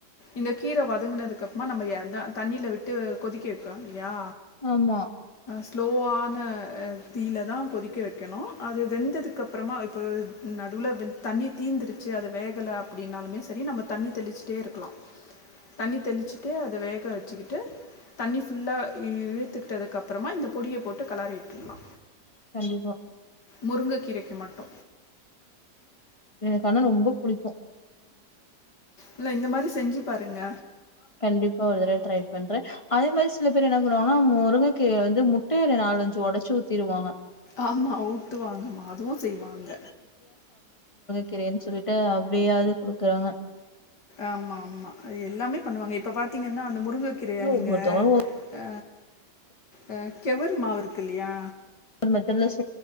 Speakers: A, on the left; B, on the left.
A: இந்த கீர வதங்கினதுக்கப்றமா நம்ம அதா தண்ணியில விட்டு கொதிக்கி வெக்றோ இல்லையா
B: ஆமா
A: ஸ்லோவான தீல தா கொதிக்க வைக்கணூ அது வெந்ததுக்கப்றமா இப்போ நடுவுல வெந் தண்ணி தீந்துடுச்சி அது வேகல அப்டின்னாலுமே செரி நம்ம தண்ணி தெளிச்சிட்டேருக்லா தண்ணி தெளிச்சுட்டு அத வேக வச்சக்கிட்டு தண்ணி ஃபுல்லா இழுத்திட்டதுக்கப் அப்றமா இந்த பொடிய போட்டு கலாறி விட்டுர்லா
B: கண்டிப்பா
A: முருங்க கீரைக் கு மட்டூ
B: எனக்கு ஆனா ரொம்ப புடிக்கூ
A: இல்ல இந்த மாரி செஞ்சு பாருங்க
B: கண்டிப்பா ஒரு தடவ ட்ரை பண்ற அதே மாரி சில பேர் என்ன பண்ணுவாங்கன்னா முருங்கைக்கு வந்து முட்டைய நாலுஞ்சு ஒடச்சு ஊத்திடுவாங்க
A: ஆமா ஊத்துவாங்க மா அதுவு செய்வாங்க
B: த்ரெனு சொல்லிட்டு <unintelligible> அப்டியாது குடுக்குறாங்க
A: ஆமா, ஆமா. அது எல்லாமே பண்ணுவாங்க இப்ப பாத்தீங்கன்னா அந்த முருங்கக்கிரய
B: ஆனா
A: நீங்க
B: ஒவ்வொருத்தவங்களும்
A: ஆ ஆ கெவரு மாவு இருக்கில்லியா
B: <unintelligible>